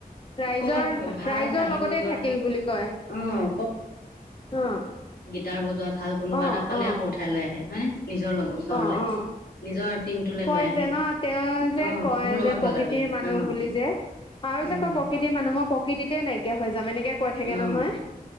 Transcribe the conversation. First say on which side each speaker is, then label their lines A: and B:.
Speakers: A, on the left (about 35°); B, on the left (about 80°).
A: ৰাইজৰ-ৰাইজৰ
B: কৰ'বাত ভাল বাঁহী
A: লগতে
B: বজোৱা
A: থাকিল বুলি কয়,
B: অ'
A: অ'।
B: তাৰ বজোৱা ভাল কোনোবা
A: অ
B: এটাক পালে
A: অ
B: আকৌ উঠাই লৈ আহে হয়নে নিজৰ ওচৰলৈ
A: অ অ
B: নিজৰ টিমটোলৈ
A: কয়
B: লৈ আহে
A: যে ন তেওঁ যে
B: অ'
A: কয়
B: মোৰ লগত
A: যে
B: বজাবি
A: প্ৰকৃতিৰ মানুহ
B: অ'
A: বুলি যে, আৰু
B: উম।
A: যে কয় প্ৰকৃতিৰ মানুহ। মই প্ৰ প্ৰকৃতিতে নাইকিয়া হৈ যাম এনেকে কৈ থাকে
B: অ'
A: নহয়।